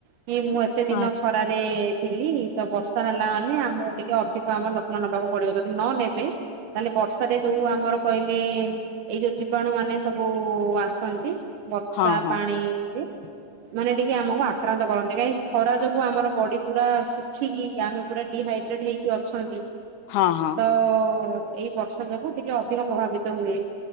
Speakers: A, on the right; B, on the left.
A: କି ମୁଁ ସେ ଦିନ
B: ଆଚ୍ଛା
A: ଖରା ଥିଲି ତ ବର୍ଷା ହେଲା ମାନେ ଆମକୁ ଟିକେ ଅଧିକ ଆମ ଯତ୍ନ ନେବାକୁ ପଡିବ ଯଦି ନ ନେବେ ତାହେଲେ ବର୍ଷାରେ ଯୋଉ ଆମର କହିଲେ ଏଇ ଯୋଉ ଜୀବାଣୁ ମାନେ ସବୁ ଆ ଛନ୍ତି ବର୍ଷା
B: ହଁ ହଁ
A: ପାଣିରେ ମାନେ ଟିକେ ଆମକୁ ଆକ୍ରାନ୍ତ କରନ୍ତି କାହିଁକି ଖରା ଯୋଗୁ ଆମର ବଡି ପୁରା ଶୁଖିକି ଆମେ ପୁରା ଡିହାଇଡ୍ରେଟ ହେଇକି ଅଛନ୍ତି।
B: ହଁ ହଁ
A: ତ ଏଇ ବର୍ଷା ଯୋଗୁ ଟିକେ ଅଧିକ ପ୍ରଭାବିତ ହୁଏ।